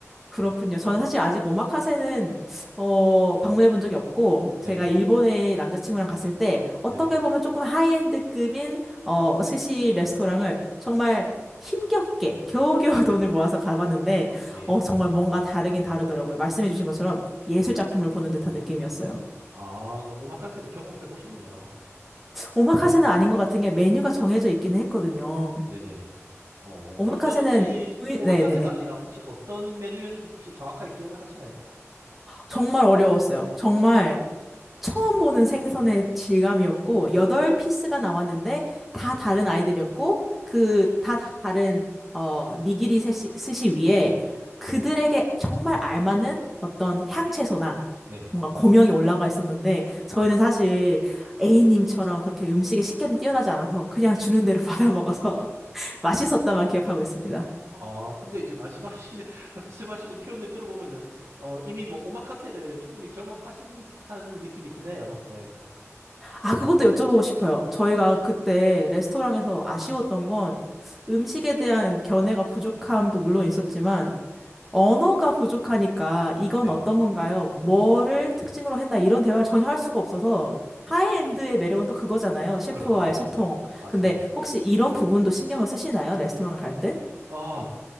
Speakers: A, in the centre; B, on the right (about 85°).
A: 그렇군요. 저는 사실 아직 오마카세는 어, 방문해 본 적이 없고
B: 네,
A: 제가 일본에 남자친구랑 갔을 때
B: 네,
A: 어떻게 보면 조금 하이엔드급인 어, 스시 레스토랑을 정말 힘겹게 겨우겨우 <laughs> 돈을 모아서 가봤는데
B: 예.
A: 어, 정말 뭔가 다르긴 다르더라고요. 말씀해 주신 것처럼 예술 작품을 보는 듯한 느낌이었어요.
B: 아, 오마카세를 경험해 보셨네요.
A: 오마카세는 아닌 것 같은 게 메뉴가 정해져 있기는 했거든요.
B: 네네. 어,
A: 오마카세는
B: 그러면 혹시
A: 조인-
B: 오마카세가
A: 네네네.
B: 아니라 혹시 어떤 메뉴였는지 혹시 정확하게 기억을 하시나요?
A: 정말 어려웠어요. 정말 처음 보는 생선의 질감이었고, 여덟 피스가 나왔는데, 다 다른 아이들이었고, 그, 다 다른, 어, 니기리 스시, 스시 위에 그들에게 정말 알맞는 어떤 향채소나
B: 네,
A: 뭔가 고명이 올라가 있었는데,
B: 네.
A: 저희는 사실 A님처럼 그렇게 음식에 식견이 뛰어나지 않아서 그냥 주는 대로 받아 먹어서 <laughs> 맛있었다만 기억하고 있습니다.
B: 아, 근데 이제 말씀하시는, <laughs> 말씀하시는 표현을 들어보면은, 어, 이미 뭐, 오마카세를 충분히 경험하신 듯한 느낌이 드네요. 네,
A: 아, 그것도 여쭤보고 싶어요. 저희가 그때 레스토랑에서 아쉬웠던 건 음식에 대한 견해가 부족함도 물론 있었지만 언어가 부족하니까 이건
B: 네,
A: 어떤 건가요? 뭐를 특징으로 했나? 이런 대화를 전혀 할 수가 없어서 하이엔드의 매력은 또 그거잖아요. 셰프와의
B: 그렇죠.
A: 소통.
B: 맞습니다.
A: 근데 혹시 이런 부분도 신경을 쓰시나요? 레스토랑을 갈 때?
B: 아,